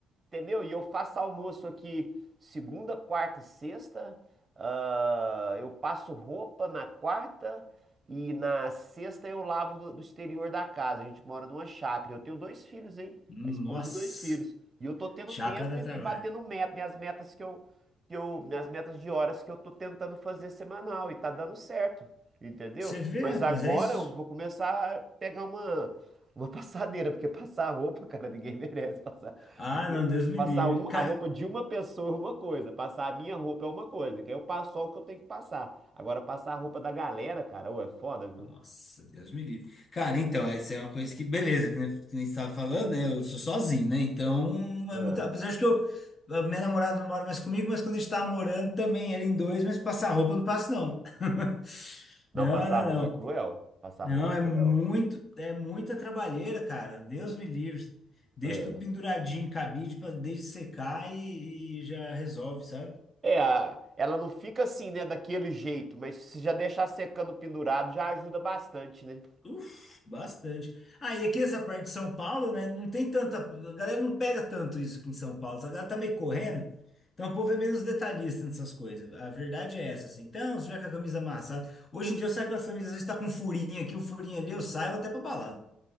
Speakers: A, on the right; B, on the left.
A: entendeu? E eu faço almoço aqui segunda, quarta e sexta. ah, eu passo roupa na quarta. E na sexta eu lavo do do exterior da casa. A gente mora numa chácara. Eu tenho dois filhos, hein?
B: Nossa,
A: A esposa e dois filhos. E eu tô tendo
B: chácara
A: tempo
B: dá
A: e,
B: trabalho.
A: e batendo meta, minhas metas que eu, que eu, minhas metas de horas que eu tô tentando fazer semanal e tá dando certo, entendeu?
B: Você vê,
A: Mas
B: rapaz,
A: agora
B: é isso.
A: eu vou começar a pegar uma uma <laughs> passadeira, porque passar roupa, cara, ninguém merece passar.
B: Ah,
A: Assim,
B: não, Deus me
A: Passar
B: livre.
A: um-
B: Cara,
A: a roupa de uma pessoa é uma coisa, passar a minha roupa é uma coisa, que aí eu passo só o que eu tenho que passar. Agora, passar a roupa da galera, cara, ou é foda, viu?
B: nossa, Deus me livre. Cara, então, essa é uma coisa que, beleza, que nem que nem você estava falando, né? Eu sou sozinho, né? Então, não
A: É.
B: é muito. Apesar de que eu, a minha namorada não mora mais comigo, mas quando a gente estava morando também era em dois, mas passar roupa eu não passo, não. <laughs>
A: Não,
B: Não,
A: passar a roupa
B: não,
A: é cruel. Passar
B: Não,
A: a roupa
B: é
A: é
B: muito,
A: cruel.
B: é muita trabalheira, cara. Deus me livre. Deixa
A: É,
B: tudo penduradinho em cabide para desde secar e, e já resolve, sabe?
A: É, a- ela não fica assim, né, daquele jeito, mas se já deixar secando pendurado já ajuda bastante, né?
B: Uf, bastante. Ah, e aqui essa parte de São Paulo, né? Não tem tanta. A galera não pega tanto isso aqui em São Paulo. A galera tá meio correndo. Então o povo é menos detalhista nessas coisas. A verdade é essa, assim. Então, se tiver com a camisa amassada. Hoje em dia eu saio com as camisas, às vezes tá com um furinho aqui, um furinho ali, eu saio vou até pra balada.